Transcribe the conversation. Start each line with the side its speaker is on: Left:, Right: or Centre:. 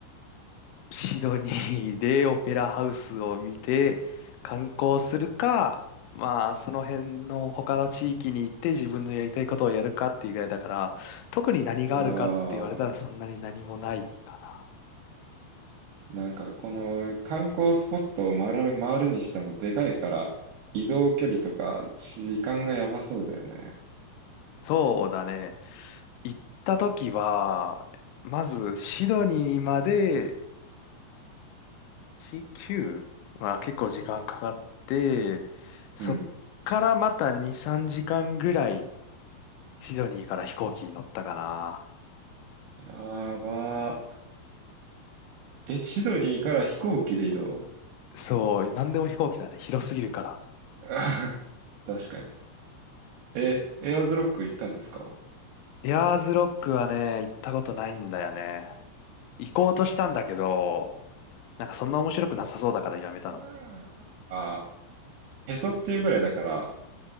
Left: シドニーでオペラハウスを見て観光するか、まあその辺の他の地域に行って自分のやりたいことをやるかっていうぐらいだから、特に何があるかって言われたらそんなに何もないかな。
Right: ああ、なんかこの観光スポットを回る、回るにしてもでかいから移動距離とか時間がやばそうだよね。
Left: そうだね。行った時は、まずシドニーまで19は結構時間かかって、そっからまた2、
Right: うん。
Left: 3時間ぐらいシドニーから飛行機に乗ったかな。
Right: やばー。え、シドニーから飛行機で移動
Left: そう、なんでも飛行機だね。広すぎるから。
Right: あー <laughs> 確かに。え、エアーズロック行ったんですか
Left: エアーズロックはね、行ったことないんだよね。行こうとしたんだけど、なんかそんな面白くなさそうだからやめたの。
Right: うんああへそっていうぐらいだから、